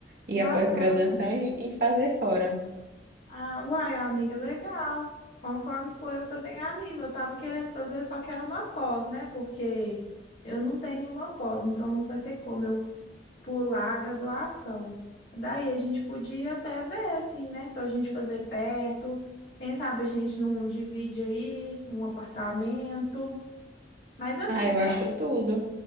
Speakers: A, on the right (about 55°); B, on the left (about 65°).
A: e
B: bacana.
A: a pós-graduação e, e fazer fora.
B: Ah, uai, amiga, legal. Conforme foi, eu também animo. Eu estava querendo fazer, só que era uma pós, né? Porque eu não tenho nenhuma pós, então não vai ter como eu pular a graduação. Daí a gente podia até ver, assim, né? Para a gente fazer perto. Quem sabe a gente não divide aí um apartamento. Mas assim,
A: Ah, eu
B: né?
A: acho tudo.